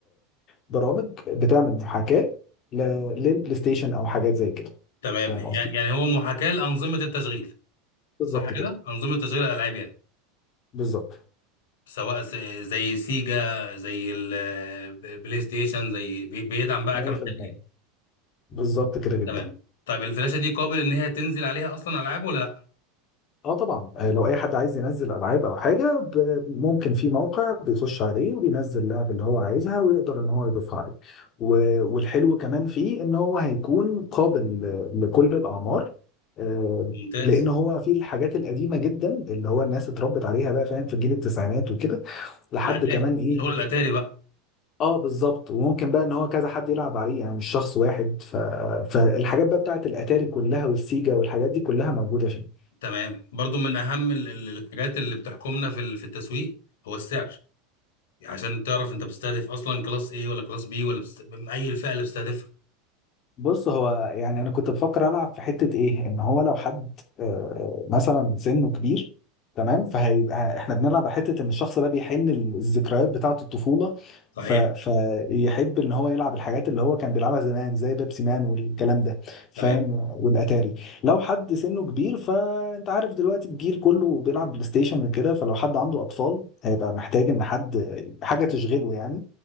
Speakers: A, on the left; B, on the left.
A: برامج بتعمل محاكاة ل- للبلاي ستيشن او حاجات زي كده
B: تمام
A: فاهم
B: يعني
A: قصدي؟
B: يعني هو محاكاه لانظمه التشغيل
A: بالظبط
B: صح كده
A: كده
B: انظمه تشغيل الالعاب يعني
A: بالظبط
B: سواء س- زي سيجا زي البلاي ستيشن زي بي- بيدعم بقى
A: 100%
B: كام حاجه يعني.
A: بالظبط كده جدا
B: تمام طيب الفلاشه دي قابل ان هي تنزل عليها اصلا العاب ولا لا
A: اه طبعا آه، لو اي حد عايز ينزل العاب او حاجه ب- ممكن في موقع بيخش عليه وبينزل اللعبه اللي هو عايزها ويقدر ان هو يضيفها عليه و- والحلو كمان فيه ان هو هيكون قابل ل- لكل الاعمار آه،
B: ممتاز
A: لان هو في الحاجات القديمه جدا اللي هو الناس اتربت عليها بقى فاهم في جيل التسعينات وكده لحد
B: الاتاري
A: كمان ايه
B: شغل الاتاري بقى
A: اه بالظبط وممكن بقى ان هو كذا حد يلعب عليه يعني مش شخص واحد ف... فالحاجات بقى بتاعت الاتاري كلها والسيجا والحاجات دي كلها موجوده فيه
B: تمام برضو من اهم ال- ال- الحاجات اللي بتحكمنا في ال- في التسويق هو السعر يعني عشان تعرف انت بتستهدف اصلا كلاس ايه ولا كلاس بي ولا بست... اي الفئه اللي بتستهدفها
A: بص هو يعني انا كنت بفكر العب في حته ايه ان هو لو حد آه، مثلا سنه كبير تمام فهيبقى احنا بنلعب على حته ان الشخص ده بيحن الذكريات بتاعه الطفوله
B: صحيح
A: ف... فيحب ان هو يلعب الحاجات اللي هو كان بيلعبها زمان زي بيبسي مان والكلام ده فاهم
B: تمام
A: والاتاري لو حد سنه كبير فانت عارف دلوقتي الجيل كله بيلعب بلاي ستيشن وكده فلو حد عنده اطفال هيبقى محتاج ان حد حاجه تشغله يعني